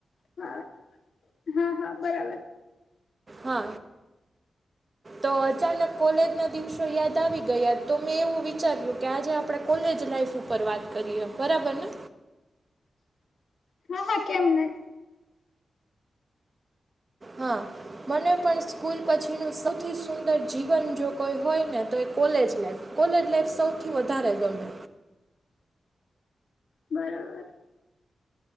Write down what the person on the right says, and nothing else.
હા તો અચાનક કોલેજના દિવસો યાદ આવી ગયા તો મેં એવું વિચાર્યું કે આજે આપણે કોલેજ લાઈફ પર વાત કરીએ. બરાબર ને?
હા મને પણ સ્કૂલ પછીનું સૌથી સુંદર જીવન જો કોઈ હોય ને તો એ કોલેજ લાઈફ. કોલેજ લાઈફ સૌથી વધારે ગમે.